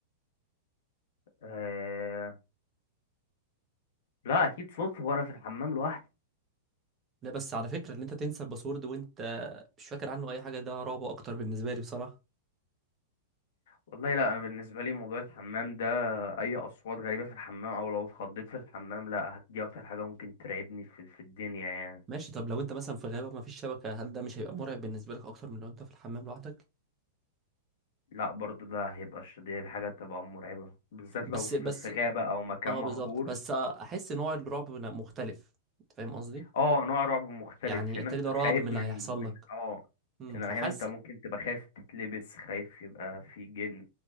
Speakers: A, on the left; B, on the right.
A: آه، لا اكيد صوتي وانا في الحمام لوحدي
B: لا بس على فكرة ان انت تنسى الباسورد وانت مش فاكر عنه اي حاجة ده رعب اكتر بالنسبة لي بصراحة
A: والله لا انا بالنسبه لي موضوع الحمام ده اي اصوات غريبه في الحمام او لو اتخضيت في الحمام لا دي اكتر حاجه ممكن ترعبني في, في الدنيا يعني
B: ماشي طب لو انت مثلا في غابة ما فيش شبكة هل ده مش هيبقى مرعب بالنسبة لك اكتر من لو انت في الحمام لوحدك
A: لا برضو ده هيبقى الش- دي حاجه تبقى مرعبه بالذات لو
B: بس
A: في,
B: بس
A: في غابه او مكان
B: اه
A: مهجور
B: بالظبط بس احس نوع الرعب هنا مختلف انت فاهم قصدي
A: اه نوع رعب مختلف
B: يعني
A: هنا
B: التاني
A: انت
B: ده رعب
A: خايف
B: من اللي
A: من
B: هيحصل
A: من
B: لك
A: اه
B: امم
A: انما
B: فحاسس
A: هنا انت ممكن تبقى خايف تتلبس خايف يبقى في جن